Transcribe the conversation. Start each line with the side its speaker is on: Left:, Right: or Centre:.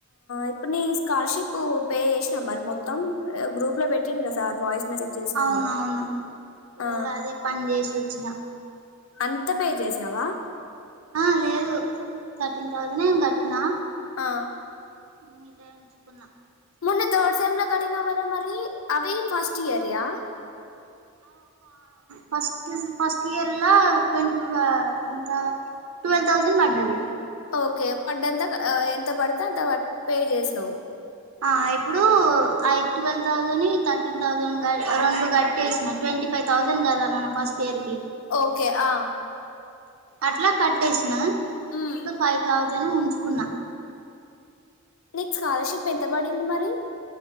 Left: ఇప్పుడు నీ స్కాలర్షిప్ పే చేసినా మరి మొత్తం గ్రూప్ లో పెట్టిండు కదా సార్ వాయిస్ మెసేజ్ చేసిడు
Right: అవునవును
Left: కదా
Right: ఈరోజు
Left: ఆ
Right: అదే పని చేసి వచ్చిన
Left: అంత పే చేసినావా
Right: ఆ లేదు థర్టీన్ తౌసండే ఏం కట్నా
Left: ఆ
Right: మిగతా ఉంచుకున్నా
Left: మన్న తర్డ్ సెమ్ లో కటినవ్ కదా మరి అవి first year yeah
Right: first first ఇయర్లా ట్వంటి ఎంత ట్వెల్వ్ థౌజండ్ పడ్డది
Left: ఓకే పడ్డంతా ఎంత పడితే అంత పే చేసినవు
Right: ఆ ఇప్పుడు ఐ ట్వెల్వ్ థౌసండ్ థర్టీన్ థౌసండ్ రెండు కట్టేసిన ట్వంటీ ఫైవ్ థౌసండ్ కదా మనం ఫస్ట్ ఇయర్ కి
Left: ఓకే ఆ
Right: అట్లా కట్టేసిన
Left: ఉమ్
Right: ఇప్పుడు ఫైవ్ థౌజండ్ ఉంచుకున్నా
Left: నీకు స్కాలర్షిప్ ఎంత పడింది మరి